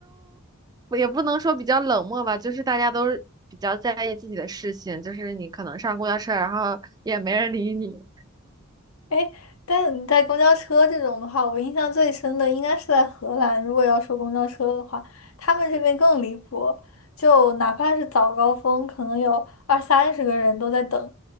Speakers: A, on the right; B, on the left.
A: 也不能说比较冷漠吧，就是大家都是比较在意自己的事情，就是你可能上公交车，然后也没人理你
B: 哎，但你在公交车这种的话，我印象最深的应该是在荷兰。如果要说公交车的话，他们这边更离谱，就哪怕是早高峰，可能有二三十个人都在等。